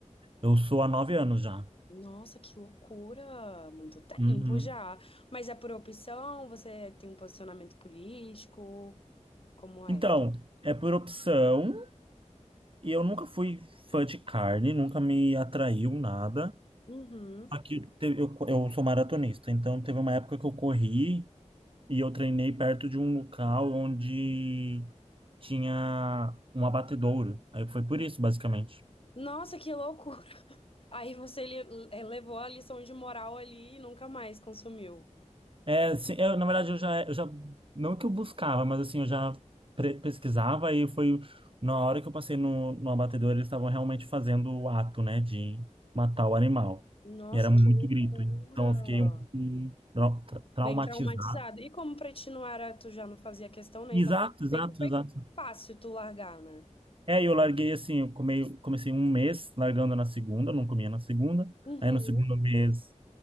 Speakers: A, on the right; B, on the left.
A: Eu sou há nove anos já.
B: Nossa, que loucura! Muito tempo
A: Uhum.
B: já. Mas é por opção? Você tem um posicionamento político? Como
A: Então,
B: é?
A: é por opção, e eu nunca fui fã de carne, nunca me atraiu nada.
B: Uhum.
A: Aqui teve- eu, co- eu sou maratonista, então teve uma época que eu corri e eu treinei perto de um local onde tinha um abatedouro. Aí foi por isso, basicamente.
B: Nossa, que loucura! <laughs> Aí você le- eh, levou a lição de moral ali e nunca mais consumiu.
A: É, sim, eu, na verdade, eu já, eu já, não que eu buscava, mas assim, eu já pre- pesquisava e foi na hora que eu passei no, no abatedor, eles estavam realmente fazendo o ato, né, de matar o animal.
B: Nossa,
A: E era muito
B: que loucura!
A: grito, então eu fiquei um pouco trau- tra- traumatizado.
B: Bem traumatizado. E como pra ti não era, tu já não fazia questão, né?
A: Exato,
B: Então pra ti
A: exato,
B: foi que foi
A: exato.
B: fácil tu largar, né?
A: É, e eu larguei assim, eu comei, comecei um mês largando na segunda, não comia na segunda.
B: Uhum.
A: Aí no segundo mês,